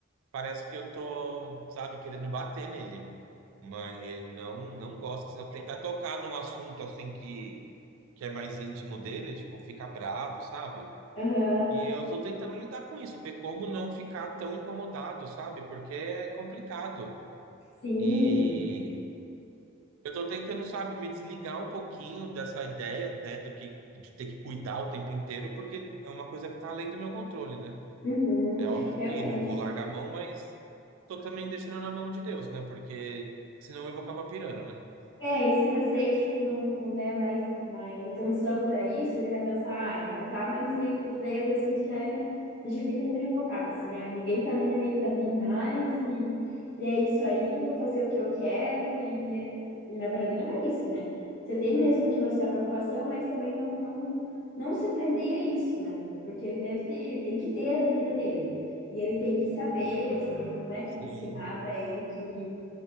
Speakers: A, on the right; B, on the left.
A: parece que eu tô, sabe, querendo bater nele, mas ele não não gosta. Se eu tentar tocar num assunto assim que que é mais íntimo dele, tipo, fica bravo, sabe?
B: Aham,
A: E eu tô tentando lidar com isso, ver como não ficar tão incomodado, sabe? Porque é complicado.
B: sim,
A: E eu tô tentando, sabe, me desligar um pouquinho dessa ideia, né, do que de ter que cuidar o tempo inteiro, porque é uma coisa que tá além do meu controle, né?
B: uhum,
A: É óbvio
B: realmente.
A: que não vou largar a mão, mas tô também deixando na mão de Deus, né? Porque senão eu vou acabar pirando, né?
B: É, e se você tipo, não, não der mais, mais atenção para isso, ele vai pensar, ai, não tá mais nem aí, porque daí adolescente já é, né? Ele já fica meio revocado, assim, ai, ninguém tá nem aí para mim mais, e, e é isso aí, vou fazer o que eu quero, e, é- e na verdade não é isso, né? Você tem mesmo que mostrar preocupação, mas também não, não, não se prender a isso, né? Porque ele deve ter, ele tem que ter a vida dele. E ele tem que saber, você tem que, né,
A: Sim,
B: ensinar para ele que